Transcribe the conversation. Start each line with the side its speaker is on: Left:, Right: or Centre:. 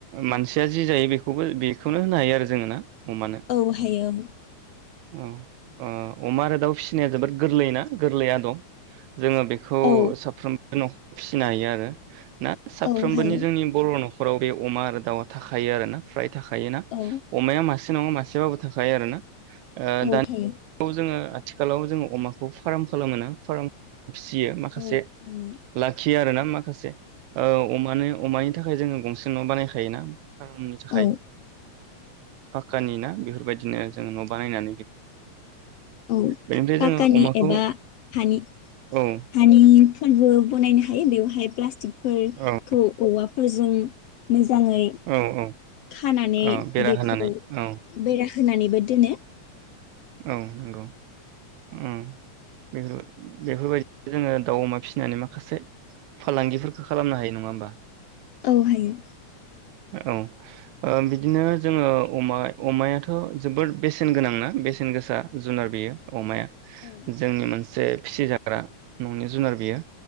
Right: मानसिया जि जायो बेखौबो बेखौनो होनो हायो आरो जोङो ना अमानो
Left: औ हायोम
Right: औ ओ अमा आरो दाउ फिसिनाया जोबोर गोरलै ना गोरलै आदब जोङो बेखौ
Left: औ
Right: साफ्रोम नखाव फिसिनो हायो आरो ना साफ्रोमबोनि
Left: औ हायो
Right: जोंनि बर न नखराव बे अमा आरो दाउआ थाखायो आरोना फ्राय थाखायोना
Left: औ
Right: अमाया मासे मासे नङा मासेबाबो थाखायो आरो ना ओ‌
Left: औ
Right: दानि
Left: थायो
Right: <unintelligible> जोङो आथिखालाव जोङो अमाखौ फार्म खालामो ना फार्म फिसियो माखासे
Left: औ खालामो
Right: लाखि बियो आरो ना माखासे ओ अमानो अमानि थाखाय जोङो गंसे नआव बानायखायोना नि थाखाय
Left: औ
Right: कानि ना बेफोरबायदिनो जों बानायनानै
Left: औ
Right: बेनिफ्राय
Left: पाक्कानि
Right: जोङो अमाखौ
Left: एबा हानि
Right: ओ औ
Left: हानिफोरबो बनायनो हायो बेवहाय प्लास्टिक फोर
Right: औ
Left: खौ औवा फोरजों मो मोजाङै
Right: औ औ
Left: खानानै
Right: औ बेरा
Left: बेखौ
Right: होनानै औ
Left: बेरा होनानैबो दोनो
Right: औ नंगौ ओ बेफोर बेफोरबायदि जोङो दाउ अमा फिसिनानै माखासे फालांगिफोरखौ खालामनो हायो नङा होमबा
Left: औ हायो
Right: औ ओ बिदिनो जोङो अमा अमायाथ जोबोद बेसेन गोनांना बेसेन गोसा जुनार बेयो अमाया
Left: औ
Right: जोंनि मोनसे मोनसे फिसिजाग्रा ननि जुनार बियो